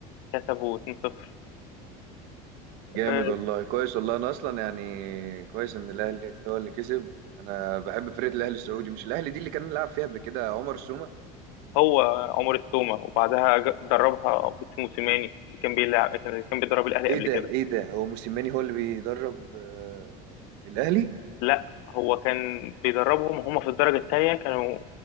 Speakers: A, on the left; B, on the right.
A: كسبوا 2-0
B: جامد
A: آه،
B: والله كويس والله انا اصلا يعني كويس ان الاهلي هو اللي كسب انا بحب فرقه الاهلي السعودي مش الاهلي دي اللي كان لعب فيها قبل كده عمر سومة
A: هو عمر السومة وبعدها ج- دربها عبد موسيماني اللي كان بيلعب كان كان بيدرب الاهلي
B: ايه
A: قبل
B: ده
A: كده
B: ايه ده هو موسيماني هو اللي بيدرب آه، الاهلي
A: لا هو كان بيدربهم هم في الدرجه الثانيه كانوا